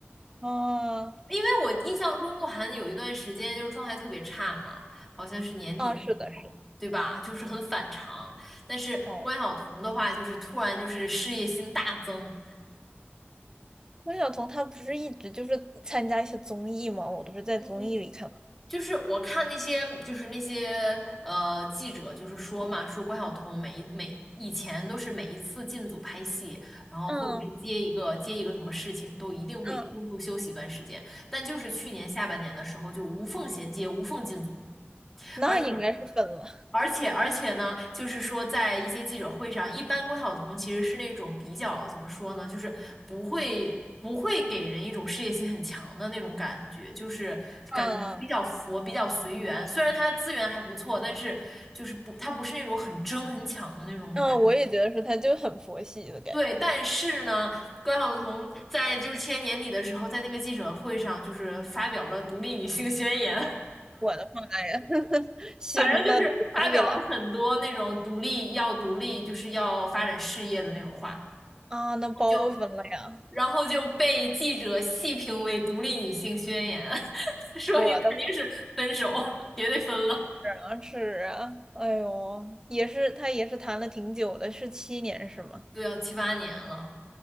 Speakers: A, on the right; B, in the centre.
A: 啊
B: 因为我印象中鹿晗有一段时间就是状态特别差嘛，好像是年底的时候，
A: 啊，是的，是的，
B: 对吧？就是很反常。但是关晓彤的话，
A: 哦，
B: 就是突然就是事业心大增。
A: 关晓彤她不是一直就是参加一些综艺吗？我都是在综艺里看到。
B: 嗯就是我看那些，就是那些呃记者，就是说嘛，说关晓彤每一每以前都是每一次进组拍戏，然后或者是接一个接一个什么事情，
A: 嗯
B: 都一定会中途休息一段时间。
A: 嗯，
B: 但就是去年下半年的时候，就无缝衔接、无缝进组，
A: 那应该是分了。
B: 而且而且而且呢，就是说，在一些记者会上，一般关晓彤其实是那种比较怎么说呢，就是不会不会给人一种事业心很强的那种感觉，就是感觉她比较佛，
A: 嗯
B: 比较随缘。虽然她资源还不错，但是就是不，她不是那种很争很抢的那种感觉
A: 嗯，我也觉得是，她就很佛系的感觉。
B: 对，但是呢，关晓彤在就是去年年底的时候，在那个记者会上就是发表了独立女性宣言，
A: 我的妈呀，<laughs> 行，
B: 反正就是发表了很多那种独立要独立，
A: 那独立了
B: 就是要发展事业的那种话，
A: 啊，那包分了呀。
B: 就然后就被记者细评为独立女性宣言，<laughs> 说明肯定是分手，
A: 我的
B: 绝对分了。
A: 好像是啊，哎呦，也是，她也是谈了挺久的，是七年是吗？
B: 对啊，七八年了，